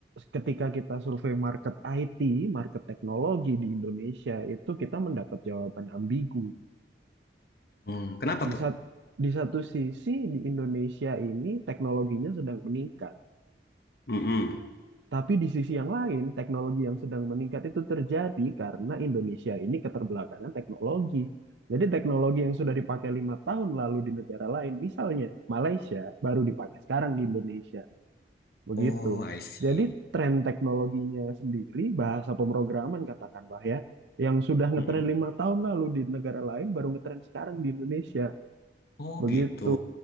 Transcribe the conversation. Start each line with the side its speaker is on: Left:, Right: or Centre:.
Right: ketika kita survei market IT market teknologi di Indonesia itu kita mendapat jawaban ambigu
Left: Hmm, Kenapa
Right: di
Left: tuh?
Right: sat- di satu sisi di Indonesia ini teknologinya sedang meningkat
Left: Mm-mm.
Right: Tapi di sisi yang lain, teknologi yang sedang meningkat itu terjadi karena Indonesia ini keterbelakangan teknologi. Jadi teknologi yang sudah dipakai lima tahun lalu di negara lain, misalnya Malaysia, baru dipakai sekarang di Indonesia. Begitu.
Left: Oh, I see.
Right: Jadi tren teknologinya sendiri, bahasa pemrograman katakanlah ya, yang sudah ngetren
Left: Mm-mm.
Right: lima tahun lalu di negara lain, baru ngetren sekarang di Indonesia.
Left: Oh
Right: Begitu.
Left: gitu.